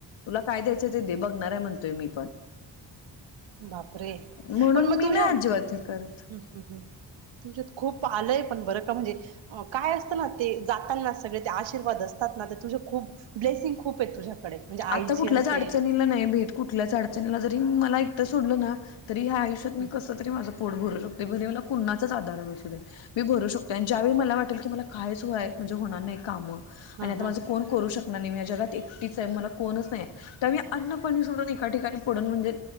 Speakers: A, on the left (about 80°); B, on the right (about 80°).
A: तुला काय द्यायचं ते दे बघणार आहे म्हणतोय मी पण
B: बापरे
A: म्हणून
B: पण मग
A: मी
B: तुझ्या्
A: नाही अजिबात हे करत
B: ह् तुझ्यात खूप प आलंय पण बरं का म्हणजे काय असतं ना ते जाताना सगळे ते आशीर्वाद असतात. ना ते तुझे खूप ब्लेसिंग खूप आहे तुझ्याकडे म्हणजे आईची
A: आता कुठल्याच
B: असेल
A: अडचणीला नाही भेट कुठ कुठल्याच अडचणीला जरी मला एक सोडलं ना तरी ह आयुष्यात मी
B: हं,
A: कस तरी माझं पोट भरू शकते भर मला कुणाच आधरण असू दे मी भरू शकतेो आणि ज्यावेळी मला वाटेल की मला कायच होय म्हणजे होणार नाही कामं
B: हं,
A: आणि आता
B: हं.
A: माझं कोण करू शकणार नाहीे. या जगात एकटीच आहे मला कोणच नाही त्या मी अन्नपाणी सोडून एका ठिकाणी पडून म्हणजे